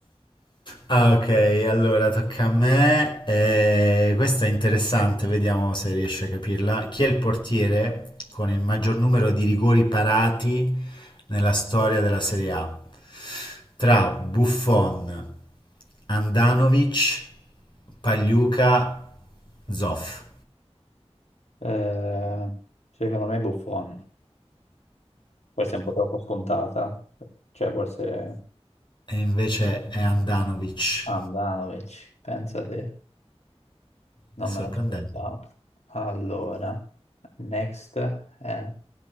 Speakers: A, on the left; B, on the left.
A: Ah, ok, allora tocca a me. Eh, questa è interessante, vediamo se riesci a capirla. Chi è il portiere con il maggior numero di rigori parati nella storia della Serie A? Tra Buffon, Andanovic, Pagliuca, Zoff.
B: Eh, secondo me Buffon. Forse è un po' troppo scontata. Cioè, forse
A: E invece è Andanovic.
B: Andanovic, pensa te. Non
A: È sorprendente.
B: me l'aspettavo. Allora, next è...